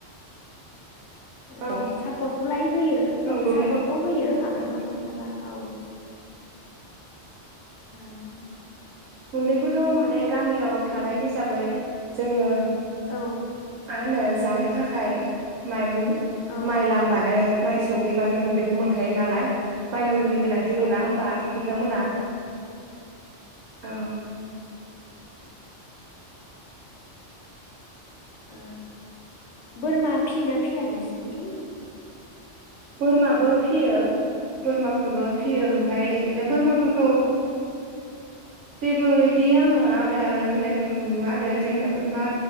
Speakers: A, on the left; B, on the right.
A: ओ
B: औ
A: सार्पखौलाय होयो
B: नंगौ
A: औ सार्पखौ
B: दे
A: होयो माब्लाबा मा- ब्लाबा औ। ओं
B: गुन्दैखौथ' मा माने गामियाव थानाय
A: बिदि
B: हिसाबै जोङो
A: औ
B: मा होनो जानो थाखाय माइरं
A: औ
B: माइ लामबानो माइ सौहैबानो गुन्दैखौ मोनखायो नालाय बाय नांगौनि गोनांथि
A: औ
B: गैला होमबा बिथांमोना औ
A: ओ बोरमा फियोना फिया नोंसिनिथिं
B: बोरमाबो फियो बोरमाफोरबो फियो
A: औ
B: ओमफ्राय बिदिनो बोरमाफोरखौ
A: औ
B: जेबो इदि आङो आदार होनायफोरखौ नुवा आरो जेनेबा